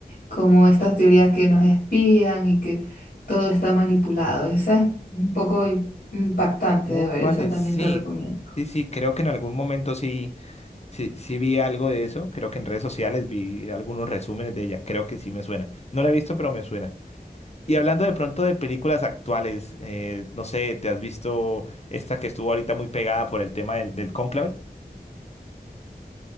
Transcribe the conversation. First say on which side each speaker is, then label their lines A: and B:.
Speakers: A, on the left; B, on the left.
A: como estas teorías que nos espían y que todo está manipulado. Esa es un poco impactante
B: Oh,
A: de ver,
B: vale,
A: esa también
B: sí.
A: te recomiendo.
B: Sí, sí, creo que en algún momento sí. Sí, sí vi algo de eso, creo que en redes sociales vi algunos resúmenes de ella, creo que sí me suena. No la he visto, pero me suena. Y hablando de pronto de películas actuales, eh, no sé, ¿te has visto esta que estuvo ahorita muy pegada por el tema del, del cónclave?